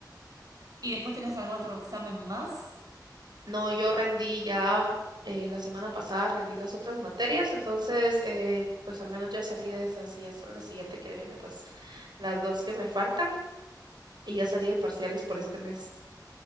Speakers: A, on the right; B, on the right.
A: ¿Y después tenés algún otro examen más?
B: No, yo rendí ya eh, la semana pasada, rendí las otras materias, entonces eh, pues al menos ya salí de esas y ya son la siguiente que viene, pues las dos que me faltan y ya salí de parciales por este mes.